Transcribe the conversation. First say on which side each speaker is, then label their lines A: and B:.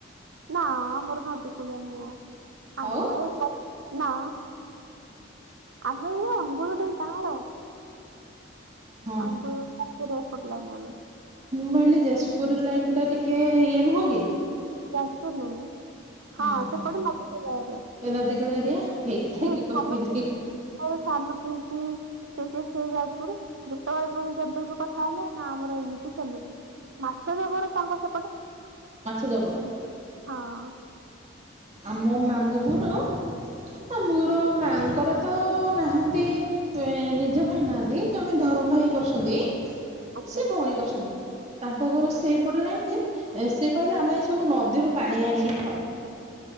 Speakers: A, on the right; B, on the right.
A: ନା ଆମର ନଦିକୁଳିଆ ନୁହ ଆମେ
B: ଆଉ
A: ଏ ପ ନା ଆମେ ଏଇ ଅନଗୁଳ, ଢେଙ୍କାନାଳ ଆଉ।
B: ହଁ
A: ଆମେ <unintelligible> ପଟ ଲାଇନ ଆମେ।
B: ମୁଁ କହିଲି ଯାଜପୁର ଲାଇନ୍ ଟା ଟିକିଏ ଇଏ ନୁହଁ କି?
A: ଯାଜପୁର ନୁହଁ। ହଁ
B: ହୁଁ
A: ସେପଟେ
B: ହୁଁ।
A: ନଦି ବି ବାହାରିବ
B: ଏ ନଦୀକୂଳ ଏରିଆ ହେଇଥିଲାଗି
A: <unintelligible>
B: କହିଲି
A: ହ ସାନ ପିଉସୀ ସେ ସେ ସେଇ ଯାଜପୁର, ଯେତେବେଳେ ପ ଯେବେ ବି କଥା ହେଲେ ନା ଆମର ଏମିତି ସେମିତି ମାଛ ଜବର ତାଙ୍କ ସେପଟ।
B: ମାଛ ଜବର
A: ହଁ।
B: ଆମ ମାମୁଁ ଘର, ଆମଁର ମାଆଙ୍କର ତ ନାହାନ୍ତି ନିଜ ଭାଇ ନାହାନ୍ତି, ଜଣେ ଧରମ ଭାଇ କରୁଛନ୍ତି।
A: ଆଚ୍ଛା
B: ସେ ଭଉଣୀ କରଛନ୍ତି, ତାଙ୍କ ଘର
A: ହୁଁ
B: ସେଇ ଏପଟ ଲାଇନ ଯେ ସେ କହିବେ ଆମେ ସବୁ ନଦୀରୁ ପାଣି ଆଣିକି ଖାଉଛୁ।